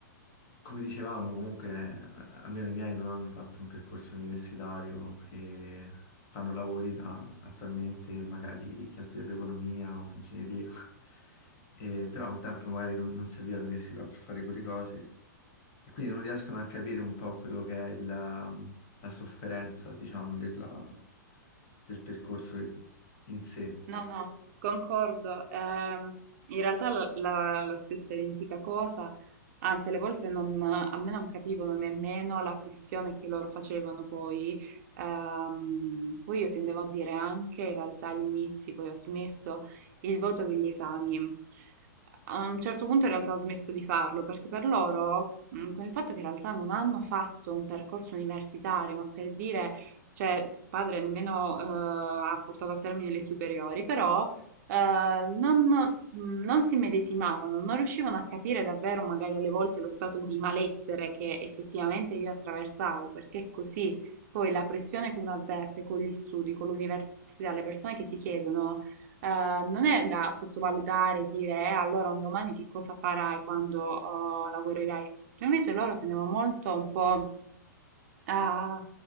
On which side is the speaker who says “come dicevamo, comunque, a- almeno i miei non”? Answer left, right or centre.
Left